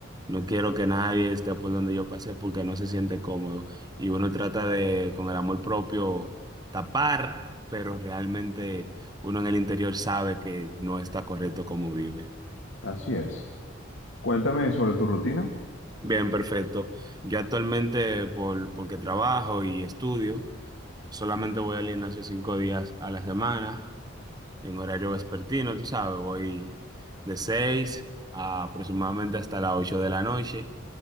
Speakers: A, on the right (about 20°); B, on the left (about 70°).
A: No quiero que nadie esté por donde yo pasé porque no se siente cómodo y uno trata de, con el amor propio, tapar, pero realmente uno en el interior sabe que no está correcto como vive.
B: Así es. Cuéntame sobre tu rutina.
A: Bien, perfecto. Yo actualmente, por, porque trabajo y estudio, solamente voy al gimnasio cinco días a la semana, en horario vespertino, tú sabes, voy de seis a aproximadamente hasta las ocho de la noche.